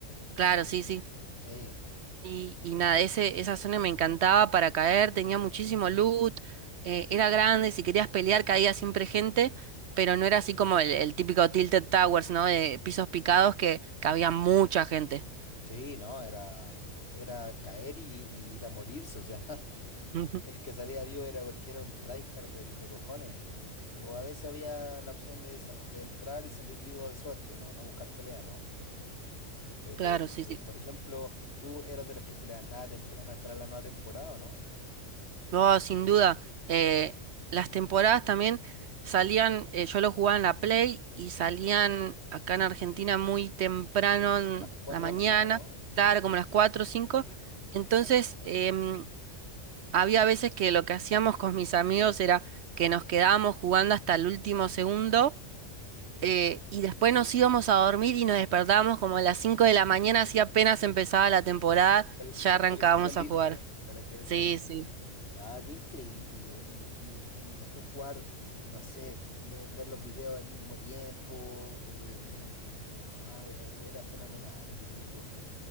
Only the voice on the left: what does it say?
Sí,
sí, no, era, era caer y, y ir a morirse, o sea, <laughs>
El que salía vivo era porque era un tryhard de, de cojones. O a veces había la opción de, sa- de entrar y salir vivo de suerte, no, no buscar pelea, ¿no? Pero,
o,
por ejemplo, tú eras de los que se levantaba temprano a esperar la nueva temporada, ¿o ¿no?
Como a las 4
de la mañana, ¿o ¿no? Sí.
Sí, sí, sí.
Acá, igual.
Con,
con la
actualización lista.
Con la actualización
lista.
No, qué increíble. Y, y, y después jugar, no sé, ve- ver los videos al mismo tiempo. em, no, era, era fenomenal ese tiempo.